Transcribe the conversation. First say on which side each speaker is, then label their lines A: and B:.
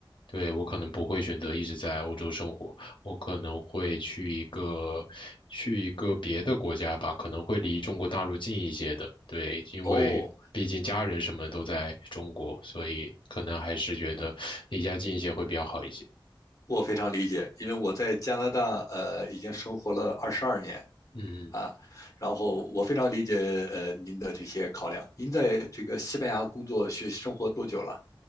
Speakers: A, on the left; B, on the left.
A: 对，我可能不会选择一直在欧洲生活。我可能会去一个去一个别的国家吧，可能会离中国大陆近一些的。对，因为毕竟家人什么都在中国，
B: 哦，
A: 所以可能还是觉得离家近一些会比较好一些。
B: 我非常理解，因为我在加拿大呃已经生活了二十二年，
A: 嗯，
B: 啊，然后我非常理解呃您的这些考量。您在这个西班牙工作学习、生活多久了？